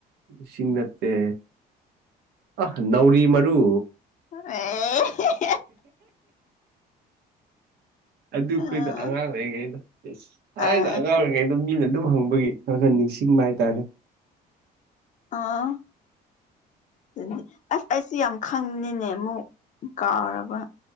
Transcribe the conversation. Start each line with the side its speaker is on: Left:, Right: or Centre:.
Right: ꯏꯁꯤꯡ ꯅꯠꯇꯦ ꯑ ꯅꯥꯎꯔꯤ ꯃꯔꯨ
Left: <unintelligible>
Right: ꯑꯗꯨꯈꯣꯏꯗꯣ
Left: ꯑꯥ
Right: ꯑꯉꯥꯡ ꯑꯣꯏꯔꯤꯉꯩꯗ ꯑꯩꯅ
Left: ꯑꯥ
Right: ꯑꯉꯥꯡ ꯑꯣꯏꯔꯤꯉꯩꯗ ꯃꯤꯅ ꯑꯗꯨꯝ ꯍꯪꯕꯒꯤ ꯈꯔ ꯈꯔ ꯅꯤꯡꯁꯤꯡꯕ ꯍꯥꯏꯇꯥꯔꯦ
Left: ꯑꯥ ꯑꯗꯨꯗꯤ ꯑꯁ ꯑꯩꯁꯨ ꯌꯥꯝ ꯈꯪꯕꯅꯤꯅꯦ ꯑꯃꯨꯛ ꯀꯥꯎꯔꯕ